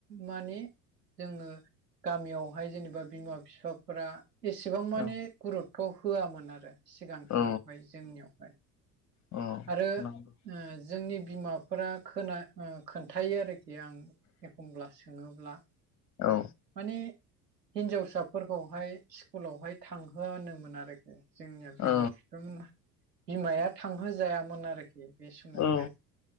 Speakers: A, on the right; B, on the left.
A: माने जोङो गामियावहाय जेनेबा बिमा बिफाफोरा एसेबां माने
B: औ
A: गुरुत्थ' होआमोन आरो सिगां
B: औ
A: समावहाय जोंनियावहाय
B: औ
A: आरो ओ
B: नंगौ
A: जोंनि बिमाफोरा खोना ओ खोन्थायो आरोखि खि आं एखमब्ला सोङोब्ला
B: औ
A: माने हिनजावसाफोरखौहाय स्कुलावहाय थांहोआनोमोन आरो जोंनिया
B: औ
A: बिमा बिफामोन बिमाया थांहोजायामोन आरोखि बे समावहाय
B: औ